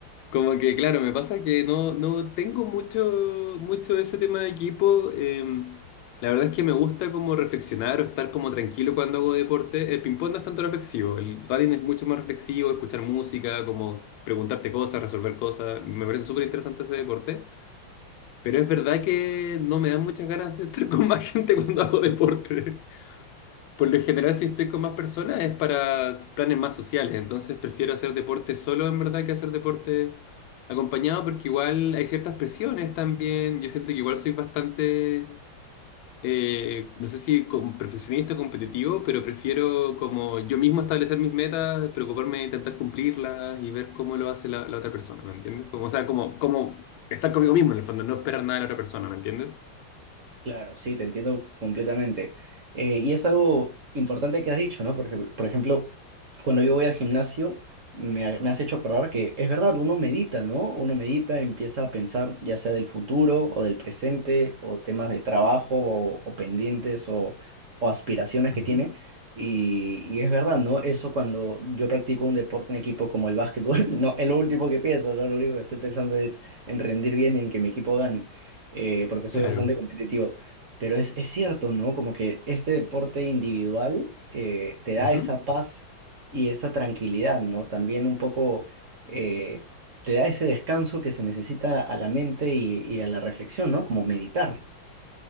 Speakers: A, on the left (about 75°); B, on the right (about 50°).
A: Como que, claro, me pasa que no, no tengo mucho, mucho de ese tema de equipo. eh, la verdad es que me gusta como reflexionar o estar como tranquilo cuando hago deporte. El ping-pong no es tanto reflexivo. El running es mucho más reflexivo, escuchar música, como preguntarte cosas, resolver cosas. Me parece súper interesante ese deporte. Pero es verdad que no me dan muchas ganas de estar <laughs> con más gente <laughs> cuando hago deporte. Por lo general, si estoy con más personas es para planes más sociales, entonces prefiero hacer deporte solo en verdad que hacer deporte acompañado porque igual hay ciertas presiones también. Yo siento que igual soy bastante, eh, no sé si con perfeccionista o competitivo, pero prefiero como yo mismo establecer mis metas, preocuparme de intentar cumplirlas y ver cómo lo hace la, la otra persona, ¿me entiendes? Como, o sea, como, como estar conmigo mismo en el fondo, no esperar nada de la otra persona, ¿me entiendes?
B: Claro, sí, te entiendo completamente. Eh, y es algo importante que has dicho, ¿no? Porque, por ejemplo, cuando yo voy al gimnasio, me, ha- me has hecho acordar que es verdad, uno medita, ¿no? Uno medita, empieza a pensar ya sea del futuro o del presente o temas de trabajo o, o pendientes o, o aspiraciones
A: Ujú.
B: que tiene. Y, y es verdad, ¿no? Eso cuando yo practico un deporte en equipo como el básquetbol, <laughs> no, es lo último que pienso, ¿no? Lo único que estoy pensando es en rendir bien y en que mi equipo gane eh, porque soy
A: Claro.
B: bastante competitivo. Pero es, es cierto, ¿no? Como que este deporte individual eh, te da
A: Ujú.
B: esa paz y esa tranquilidad, ¿no? También un poco eh, te da ese descanso que se necesita a la mente y, y a la reflexión, ¿no? Como meditar.